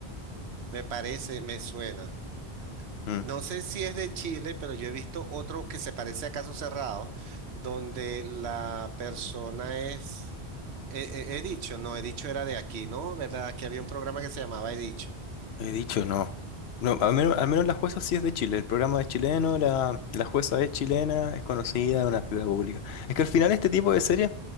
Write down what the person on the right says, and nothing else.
Me parece, me suena.
No sé si es de Chile, pero yo he visto otro que se parece a Caso Cerrado, donde la persona es... He, he- he dicho, no, he dicho era de aquí, ¿no? ¿Verdad? Aquí había un programa que se llamaba He dicho.